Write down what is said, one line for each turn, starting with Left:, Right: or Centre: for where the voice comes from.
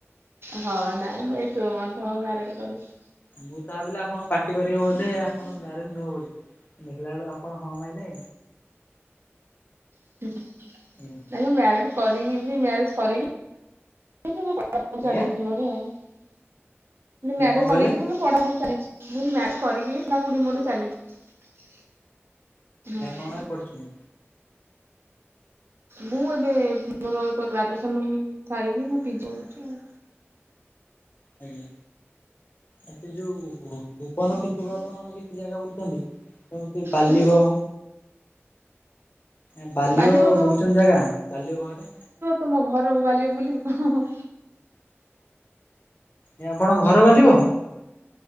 Right: ହଁ ନାଇଁ ମୁଁ ଏ ଟୁ ମନ୍ଥ ମ୍ୟାରେଟ କରୁଚି।
Left: ମୁଁ ତାହା ବିଲା ଆପଣ ପାର୍ଟି କରିବେ ବୋଧେ ଆପଣ ମ୍ୟାରେଜ ନୁହଁ ବୋଲି। ଦେଖିଲା ବେଳୁ ଆପଣ ହଁ ମାଇଲେ।
Right: <inaudible>
Left: ହୁଁ।
Right: ନାଇଁ ମ୍ୟାରେଡେ କରିନିକି ମ୍ୟାରେଜ୍ କରିମି। <unintelligible> ଚାଲିଚି
Left: ଆଜ୍ଞା
Right: ଘରେ ଆଉ ମ୍ୟାରେଜ୍
Left: କଣ
Right: କରକି।
Left: କହିଲେ
Right: ପଢାପଢି ଚାଲିଚି ମୁଁ ମ୍ୟାରେ କରିକି ପଢାପୁଢି ମୋର ଚାଲିଛି। ହୁଁ।
Left: ହେରା କଣ ପାଇଁ ପଢୁଚନ୍ତି?
Right: ମୁଁ ଏବେ ମୋରତ ଗ୍ରାଜୁଏସନ ସାରିକି ମୁଁ ପିଜି ହଉଚି ଆଉ।
Left: ଆଜ୍ଞା ଏ ସେଯୋଉ ବନ ପିଛୁକୁ ଆପଣ କିଛି ଜାଗା ବୁଲୁଚନ୍ତି ସେମିତି ବାଲିବ।
Right: ହୁଁ
Left: ଏ ବାଲିଓ
Right: ବାଲିବ
Left: ବୁଲିଚନ୍ତି ଜାଗା ବାଲିଓ ପାଖରେ।
Right: ତମୋ ଘର ମୁ ବୁଲିବି କଣ।
Left: ଏ ଆପଣଙ୍କ ଘର ବାଲିବ?